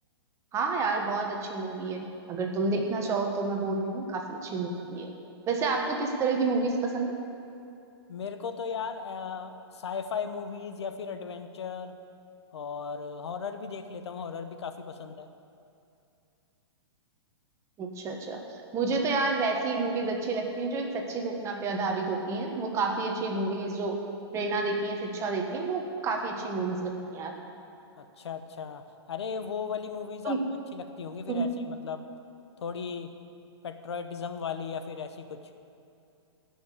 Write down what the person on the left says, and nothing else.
मेरे को तो यार साईफाई मूवीज या फिर एडवेंचर और हॉरर भी देख लेता हूँ हॉरर भी काफी पसंद है
अच्छा अच्छा अरे वो वाली मूवीज
आपको अच्छी लगती होंगी
फिर ऐसे मतलब थोड़ी पेट्रोटिज्म वाली या फिर ऐसी कुछ